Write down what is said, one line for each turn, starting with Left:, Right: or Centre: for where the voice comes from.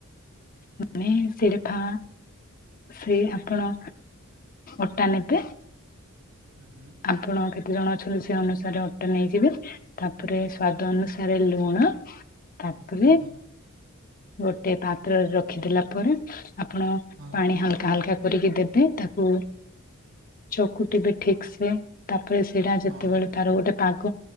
Left: ମାନେ ସେଡେଫାଁ ସେ ଆପଣ ଅଟା ନେବେ
Right: ହୁଁ, ହୁଁ।
Left: ଆପଣ କେତେ ଜଣ ଅଛନ୍ତି? ସେ ଅନୁସାରେ ଅଟା ନେଇଯିବେ। ତା'ପରେ ସ୍ଵାଦ ଅନୁସାରେ ଲୁଣ। ତା'ପରେ
Right: ହଁ
Left: ଗୋଟେ ପାତ୍ରରେ ରଖିଦେଲା ପରେ, ଆପଣ
Right: ହଁ
Left: ପାଣି ହାଲ୍କା ହାଲ୍କା କରିକି ଦେବେ, ତାକୁ ଚକୁଟିବେ ଠିକ୍ ସେ। ତା'ପରେ ସେଇଟା ଯେତେବେଳେ
Right: ହଁ
Left: ତାର ଗୋଟେ ପାଗ